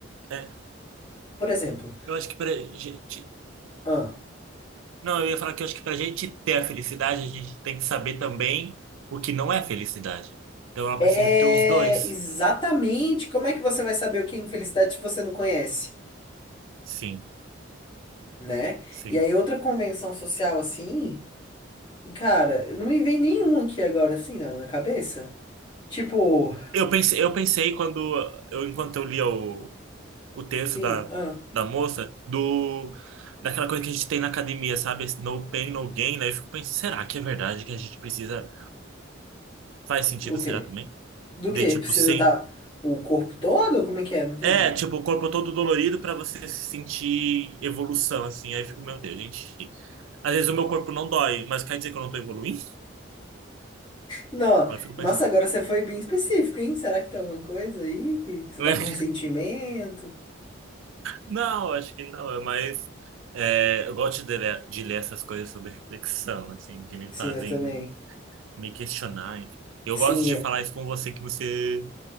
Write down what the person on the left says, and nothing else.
por exemplo,
uma,
É,
exatamente. Como é que você vai saber o que é infelicidade se você não conhece,
né?
E aí, outra convenção social assim, cara, não me vem nenhum aqui agora assim na, na cabeça. Tipo,
sim,
ah,
o quê?
Do
quê?
Precisa
estar o corpo todo? Como é que é? Não entendi.
Não,
nossa,
agora você foi bem específico, hein? Será que tem alguma coisa aí que você
tá com ressentimento?
Sim,
eu também.
Sim,